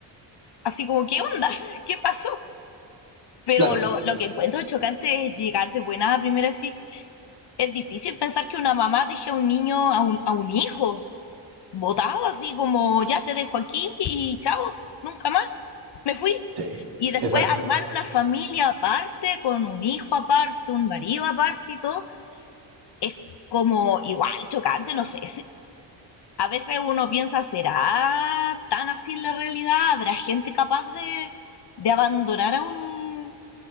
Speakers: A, on the left; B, on the right.
A: así como, ¿qué onda? <laughs> ¿Qué pasó? Pero
B: claro,
A: lo, lo que encuentro chocante es llegar de buena a primera así. Es difícil pensar que una mamá deje a un niño, a un, a un hijo, botado, así como ya te dejo aquí y chao, nunca más. Me fui.
B: sí,
A: Y después
B: exacto,
A: armar una familia aparte, con un hijo aparte, un marido aparte y todo, es como igual chocante, no sé. a veces uno piensa, ¿será tan así la realidad? ¿Habrá gente capaz de, de abandonar a un,